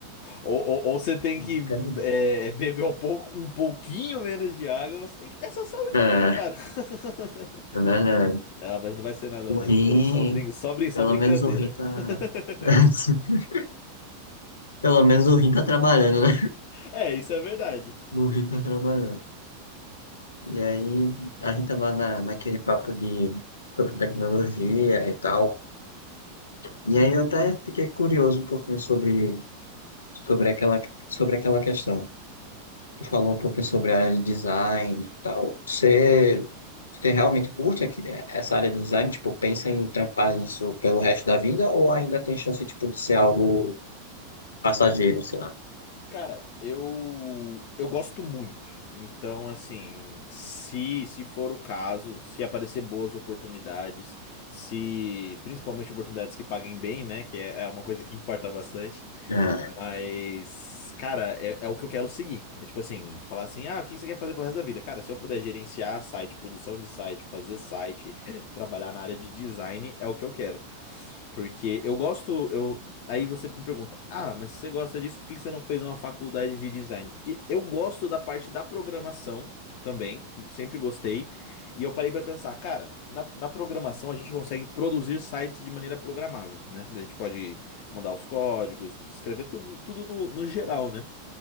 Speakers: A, on the left (about 45°); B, on the left (about 70°).
A: Ou, ou, ou você tem
B: <laughs>
A: que é, é, beber um pouco, um pouquinho menos de água, ou você tem que ver sua saúde
B: é,
A: aí, cara. <laughs>
B: né, né,
A: Não, mas não vai ser nada,
B: o
A: não.
B: rim,
A: Tô só, brin... só, brin... só
B: pelo
A: brincadeira.
B: menos o rim tá,
A: <laughs>
B: <laughs> pelo menos o rim tá trabalhando, né?
A: É, isso é verdade.
B: O rim tá trabalhando. E aí, a gente tava na, naquele papo de, sobre tecnologia e tal, e aí eu até fiquei curioso um pouquinho sobre, sobre aquela, sobre aquela questão. que falou um pouquinho sobre a área de design e tal. Você, você realmente curte aqui- essa área de design? Tipo, pensa em trampar isso pelo resto da vida ou ainda tem chance, tipo, de ser algo passageiro, sei lá?
A: Cara, eu eu gosto muito. Então, assim, se se for o caso, se aparecer boas oportunidades, se principalmente oportunidades que paguem bem, né, que é, é uma coisa que importa bastante.
B: É,
A: Mas, cara, é, é o que eu quero seguir. É tipo assim, falar assim, ah, o que você quer fazer pelo resto da vida? Cara, se eu puder gerenciar site, produção de site, fazer site, <laughs> trabalhar na área de design, é o que eu quero. Porque eu gosto, eu... Aí você me pergunta, ah, mas se você gosta disso, por que que você não fez uma faculdade de design? Porque eu gosto da parte da programação também, sempre gostei. E eu parei pra pensar, cara, na, na programação a gente consegue produzir sites de maneira programável, né? A gente pode mandar os códigos, escrever tudo, tudo no, no geral, né?